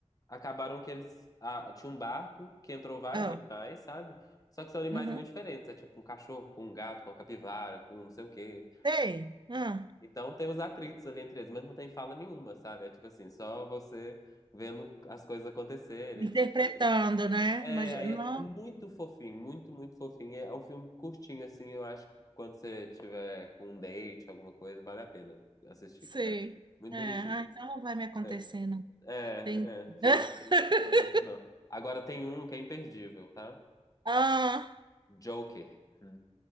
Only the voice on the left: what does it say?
acabaram que eles. Ah, tinha um barco que entrou vários
animais, sabe? Só que são animais
muito diferentes. É tipo um cachorro com um gato, com uma capivara, com não sei o quê.
Então tem os atritos ali entre eles, mas não tem fala nenhuma, sabe? É tipo assim, só você vendo as coisas acontecerem.
não sei o quê.
É,
aí
é é muito fofinho, muito, muito fofinho. É um filme curtinho, assim, eu acho que quando você tiver com um date, alguma coisa, vale a pena assistir,
que é muito
bonitinho.
É,
é,
é, felizmente pra você não. Agora tem um que é imperdível, tá?
Joker. Hum.